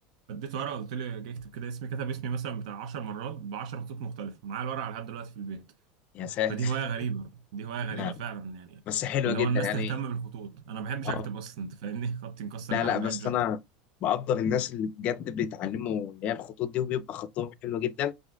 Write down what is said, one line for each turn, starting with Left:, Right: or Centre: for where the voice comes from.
Right: فديت ورقه قلت له اجي اكتب كده اسمي كتب اسمي مثلا بتاع 10 مرات ب 10 خطوط مختلفه معايا الورقه لحد دلوقتي في البيت
Left: يا ساتر
Right: فدي هوايه غريبه
Left: <laughs>
Right: دي هوايه غريبه
Left: لا
Right: فعلا يعني
Left: بس حلوة
Right: اللي
Left: جدا
Right: هو الناس
Left: يعني
Right: تهتم بالخطوط انا ما بحبش
Left: اه
Right: اكتب اصلا انت فاهمني خطي مكسر
Left: لا
Right: كده
Left: لا
Right: ما
Left: بس
Right: بحبش اكتب
Left: انا بقدر الناس اللي بجد بيتعلموا اللي هي الخطوط دي وبيبقى خطهم حلو جدا